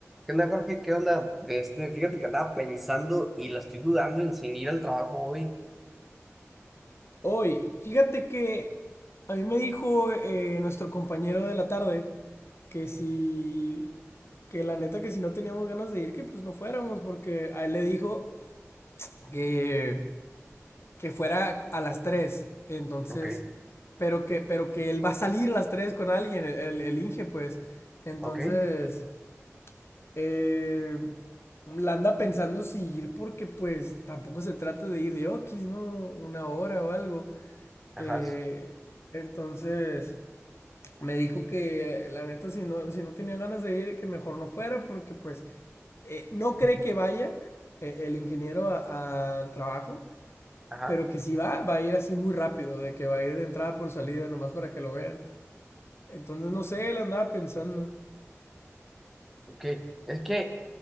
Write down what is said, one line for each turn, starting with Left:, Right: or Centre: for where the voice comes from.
Centre: ¿Qué onda, Jorge? ¿Qué onda? Este, fíjate que andaba pensando y la estoy dudando en sin ir al trabajo hoy.
Left: Hoy, fíjate que a mí me dijo eh, nuestro compañero de la tarde que si, que la neta que si no teníamos ganas de ir, que pues no fuéramos, porque a él le dijo que, que fuera a las 3 entonces,
Centre: Ok,
Left: pero que, pero que él va a salir a las 3 con alguien, el, el, el Inge, pues, entonces,
Centre: ok,
Left: eh, la anda pensando si ir porque pues tampoco se trata de ir de Oquis, ¿no? Una hora o algo.
Centre: ajá,
Left: Eh,
Centre: sí,
Left: entonces me dijo que la neta si no, si no tenía ganas de ir, que mejor no fuera porque pues eh, no cree que vaya eh, el ingeniero a- al trabajo,
Centre: ajá,
Left: pero que si va, va a ir así muy rápido, de que va a ir de entrada por salida nomás para que lo vean. Entonces no sé, él andaba pensando.
Centre: Ok, es que